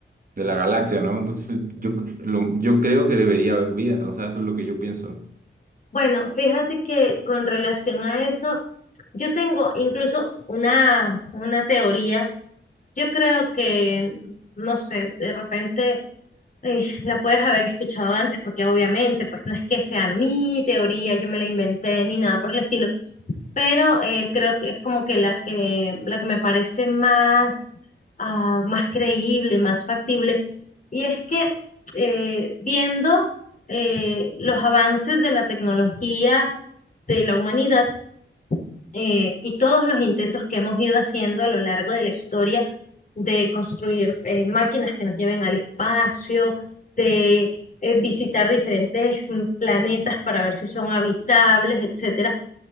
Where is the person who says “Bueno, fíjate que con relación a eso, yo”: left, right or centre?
Left